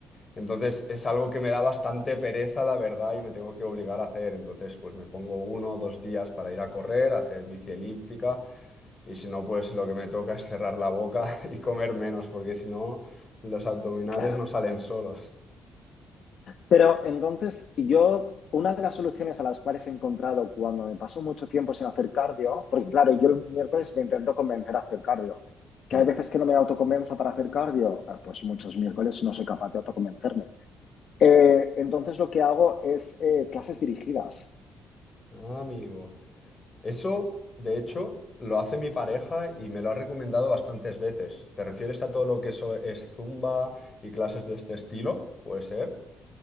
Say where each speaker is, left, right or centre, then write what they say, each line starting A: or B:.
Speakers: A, on the left; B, on the left.
A: Entonces es algo que me da bastante pereza, la verdad, y me tengo que obligar a hacer. Entonces, pues me pongo uno o dos días para ir a correr, a hacer bici elíptica y si no, pues lo que me toca es cerrar la boca <laughs> y comer menos, porque si no, los abdominales
B: claro.
A: no salen solos.
B: Pero entonces yo, una de las soluciones a las cuales he encontrado cuando me pasó mucho tiempo sin hacer cardio, porque claro, yo el miércoles me intento convencer a hacer cardio, que
A: Mm.
B: hay veces que no me autoconvenzo para hacer cardio, eh, pues muchos miércoles no soy capaz de autoconvencerme. Eh, entonces lo que hago es eh, clases dirigidas.
A: Ah, amigo. Eso, de hecho, lo hace mi pareja y me lo ha recomendado bastantes veces. ¿Te refieres a todo lo que eso es zumba y clases de este estilo? Puede ser.